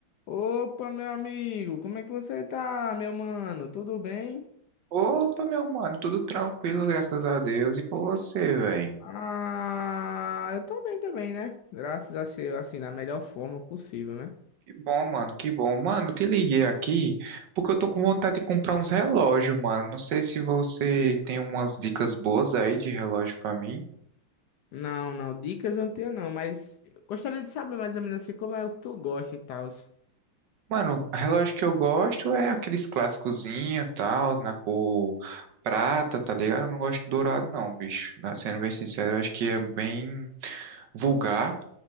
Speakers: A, on the left; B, on the right.
A: Opa, meu amigo, como é que você tá, meu mano? Tudo bem?
B: Opa, meu mano, tudo tranquilo, graças a Deus. E com você, velho?
A: Ah, eu tô bem também, né? Graças a ser assim, na melhor forma possível, né?
B: Que bom, mano, que bom. Mano, eu te liguei aqui porque eu tô com vontade de comprar uns relógios, mano. Não sei se você tem umas dicas boas aí de relógio pra mim.
A: Não, não, dicas eu não tenho não, mas eu gostaria de saber mais ou menos assim como é o que tu gosta e tal.
B: Mano, relógio que eu gosto é aqueles clássicozinho, tal, na cor prata, tá ligado? Eu não gosto de dourado, não, bicho. Na- Sendo bem sincero, eu acho que é bem vulgar.